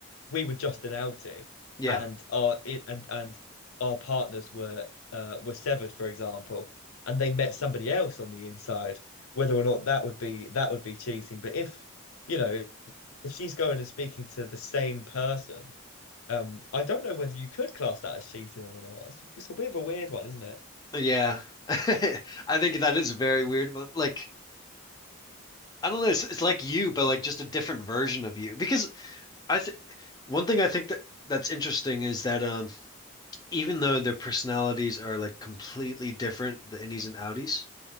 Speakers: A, on the left (about 80°); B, on the left (about 20°).
A: we were just an outie
B: Yeah.
A: and our i- and and our partners were uh, were severed, for example, and they met somebody else on the inside, whether or not that would be that would be cheating. But if you know if she's going and speaking to the same person Um, I don't know whether you could class that as cheating or not. It's, it's a bit of a weird one, isn't it?
B: Yeah. <laughs> I think that is very weird. But like I don't know, it's it's like you but like just a different version of you because I th one thing I think that that's interesting is that um even though their personalities are like completely different, the innies and outies,